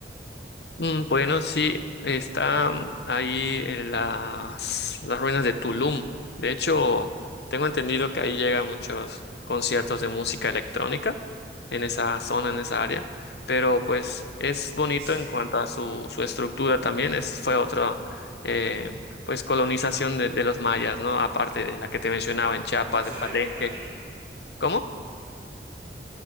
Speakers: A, on the left; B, on the right.
A: Mm, Bueno, sí, está mm, ahí en las, las ruinas de Tulum. De hecho, tengo entendido que ahí llegan muchos conciertos de música electrónica en esa zona, en esa área. Pero pues es bonito
B: Sí.
A: en cuanto a su, su estructura también. Es, fue otra eh, pues colonización de, de los mayas, ¿no? Aparte de la que te mencionaba en Chiapas,
B: Otra ciudad
A: de Palenque.
B: importante.
A: ¿Cómo?